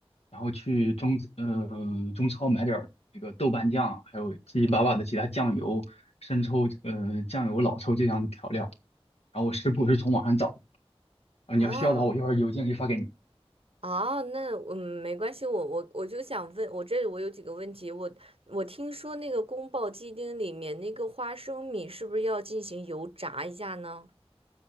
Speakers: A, on the left; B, on the right.
A: 然后去中呃中超买点儿那个豆瓣酱，还有七七八八的其他酱油、生抽、呃酱油、老抽这样的调料。然后我食谱是从网上找的啊，
B: 啊
A: 你要需要的话，我一会儿邮件可以发给你。
B: 啊，那嗯，没关系，我我我就想问，我这里我有几个问题，我我听说那个宫爆鸡丁里面那个花生米是不是要进行油炸一下呢？